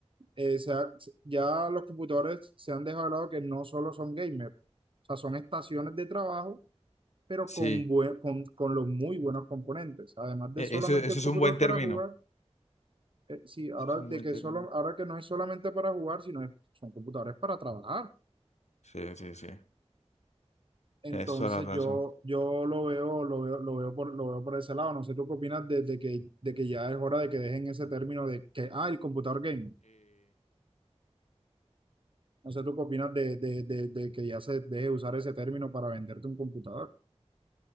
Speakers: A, on the right; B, on the left.
A: eh, se ha Ya los computadores se han dejado de lado que no solo son gamers, o sea, son estaciones de trabajo, pero
B: Sí,
A: con, bue- con, con los muy buenos componentes. Además de
B: e-
A: solamente
B: eso, eso
A: el
B: es
A: computador
B: un buen término.
A: para jugar, eh, sí, ahora,
B: Eso es un
A: de
B: buen
A: que
B: término.
A: solo, ahora que no es solamente para jugar, sino es- son computadores para trabajar.
B: Sí, sí, sí.
A: Entonces
B: Tienes toda la razón.
A: yo, yo lo veo, lo veo, lo veo por, lo veo por ese lado. No sé tú qué opinas de, de que, de que ya es hora de que dejen ese término de que, ah, el computador gamer. No sé, ¿tú qué opinas de, de- de- de que ya se deje de usar ese término para venderte un computador?